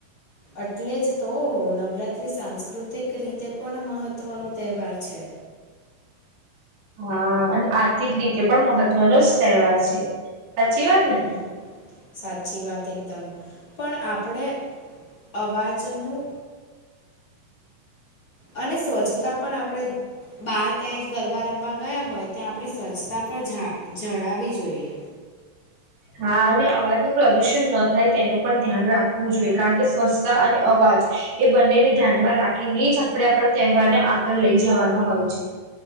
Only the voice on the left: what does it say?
એટલે જ તો નવરાત્રિ સાંસ્કૃતિક રીતે પણ મહત્ત્વનો તહેવાર છે
હમ સાચી વાત એકદમ પણ આપણે અવાજનું અને સ્વચ્છતા પણ આપણે બહાર ક્યાંય ગરબા રમવા ગયા હોય ત્યાં આપણે સ્વચ્છતા પણ જા જડાવવી જોઈએ